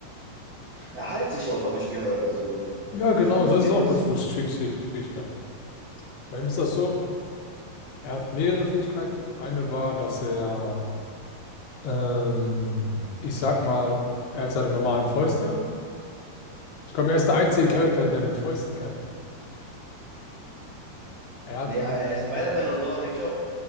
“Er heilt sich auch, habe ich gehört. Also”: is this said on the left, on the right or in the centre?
Right